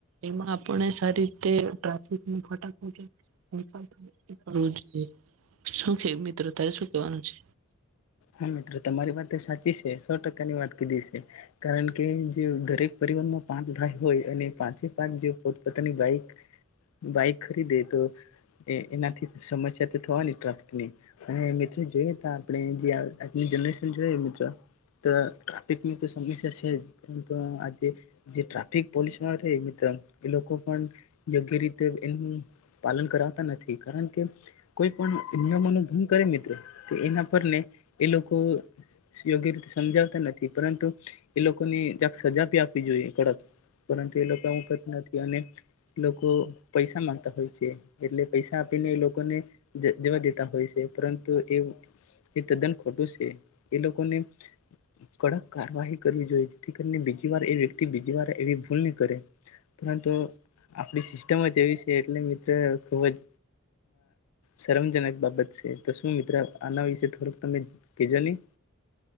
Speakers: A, on the right; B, on the left.
A: એમાં આપણે સારી તે ટ્રાફિક ન ફટક. કર જો. શુ કે મિત્ર તારે શુ કેવાનું છે.
B: હા તમારી વાત સાચી છે સો ટકાની વાત કીધી છે કારણ કે જે દરેક પરિવારમાં પાંચ ભાઈ હોય અને પાંચે પાંચ જે પોતપતાનીઈક બાઈક ખરીદે તો એનાથી સમસ્યા તો થવાની ટ્રાફિકની અને મિત્રો જોઈએ ત આપણે જે. આજે જરેશન જોય મિત્ર તો ટ્રાફિકની તો સમસ્યા છે જ પરંતુ આજે જે ટ્રાફિક પોલીસ વાળા છે મિત્ર એ લોકો પણ યોગ્ય રીતે એનું પાલન કરાવતા નથી કારણ કે કોઈ પણ નિયમો ન ભંગ કરે મિત્ર તો એના પરને. એ લોકો યોગ્ય રીતે સમજાવતા નથી પરંતુ એ લોકોને સજા આપવી જોઈએ કડક પરંતુ એ લોકો કરતા નથી અને એ લોકો પૈસા માંગતા હોય છે એટલે પૈસા આપીને એ લોકોને જવા દેતા હોય છે પરંતુ એ તદ્દન. ખોટું છે એ લોકોને કડક કારવાહી કરવી જોઈએ જેથી કરીને બીજી વાર એ વ્યક્તિ બીજી વાર એવી ભૂલ નહીં કરે પરંતુ આપણી સિસ્ટમ જ એવી છે એટલે મિત્ર ખૂબ જ શરમજનક બાબત છે તો શું મિત્ર આના વિશે થોડુંક. તમે <unintelligible>